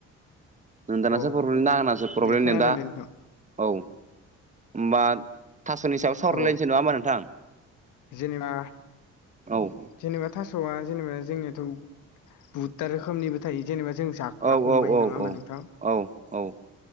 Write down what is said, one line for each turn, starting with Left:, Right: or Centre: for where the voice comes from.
Right: नोंथांनासो
Left: औ
Right: प्रब्लेम ना आंनासो प्रब्लेम
Left: दे खोनादों
Right: नेदा।
Left: दे नोंथां
Right: औ होमबा थास'नि सायाव सावरायलायनोसै।
Left: औ
Right: नङा होमबा नोंथां?
Left: जेनेबा
Right: औ
Left: जेनेबा थासआ जेनेबा जोंनियाथ बुहुदथा रोखोमनिबो थायो जेनेबा जों जा- <unintelligible>
Right: औ
Left: नङा
Right: औ औ
Left: होमबा
Right: औ
Left: नोंथां?
Right: औ औ